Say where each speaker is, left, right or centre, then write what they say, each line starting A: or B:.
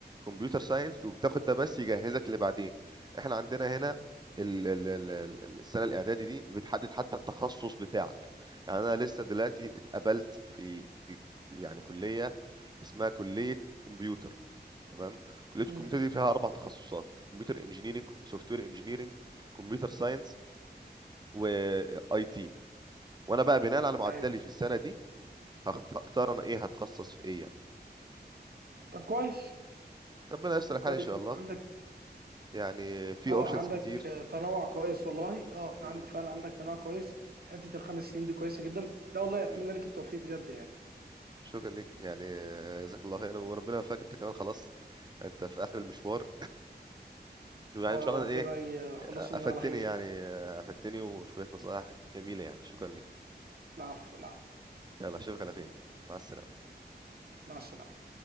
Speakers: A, on the right; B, on the right.
A: كمبيوتر ساينس وبتاخد ده بس يجهزك لبعدين احنا عندنا هنا ال ال ال ال- السنه الاعدادي دي بتحدد حتى التخصص بتاعك يعني انا لسه دلوقتي اتقبلت في في يعني كليه اسمها كليه كمبيوتر تمام كليه الكمبيوتر
B: مم.
A: دي فيها اربع تخصصات كمبيوتر انجينيرنج سوفت وير انجينيرنج كمبيوتر ساينس واي تي وانا بقى بناء على معدلي
B: ايوه
A: في السنه دي هخت- هختار انا ايه هتخصص في ايه يعني.
B: طب كويس
A: ربنا يستر الحال
B: كويس
A: ان شاء الله
B: عندك
A: يعني في
B: اه
A: اوبشنز
B: عندك
A: كتير
B: آه، تنوع كويس والله اه في
A: مم،
B: عند فعلا عندك
A: مم،
B: تنوع كويس حته الخمس سنين دي كويسه جدا لا والله اتمنى
A: مم.
B: لك التوفيق بجد يعني
A: شكرا لك يعني جزاك الله خيرا وربنا يوفقك انت كمان خلاص انت في اخر المشوار ويعني
B: آه،
A: ان شاء الله
B: ربنا
A: ايه
B: يخلصنا
A: افدتني
B: من على خير
A: يعني افدتني وشويه نصائح جميله يعني شكرا لك
B: العفو العفو
A: يلا اشوفك على خير مع السلامه
B: مع السلامه